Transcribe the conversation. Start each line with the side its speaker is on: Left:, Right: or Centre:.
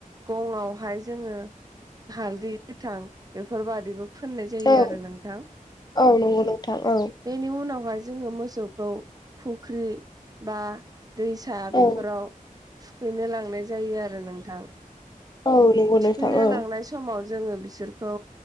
Right: गङावहाय जोङो हालदै गोथां बेफोरबादिबो फोननाय जायो
Left: औ
Right: आरो नोंथां
Left: औ नंगौ नोंथां औ
Right: बेनि उनावहाय जोङो मोसौखौ फुख्रि बा दैसा बेफोराव
Left: औ
Right: थुखैनो लांनाय जायो आरो नोंथां
Left: औ नंगौ
Right: थुखैनो
Left: नोंथां औ
Right: लांनाय समाव जोङो बिसोरखौ